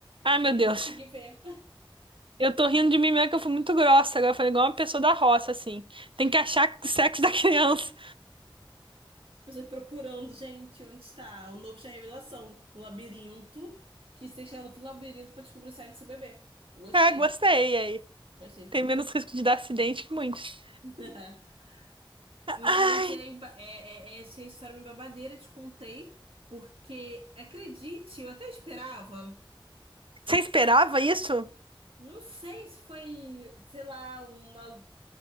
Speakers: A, on the right; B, on the right.
A: Ah, meu
B: Eu
A: Deus.
B: não consegui ver.
A: Eu tô rindo de mim mesmo que eu fui muito grossa. Agora eu falei igual uma pessoa da roça, assim. Tem que achar o sexo da <laughs> criança.
B: <laughs> Pessoas procurando, gente, onde está? O novo Chá Revelação, um labirinto, que você tem que chegar no fim do labirinto pra descobrir o sexo do bebê. Gostei,
A: Ah, gostei aí.
B: gostei.
A: Tem menos risco de dar acidente que muitos.
B: <laughs> Mas
A: Ai,
B: é, emba- é- é- é, essa história é uma babadeira, te contei, porque, acredite, eu até esperava.
A: você esperava isso?
B: Não sei se foi, sei lá, uma,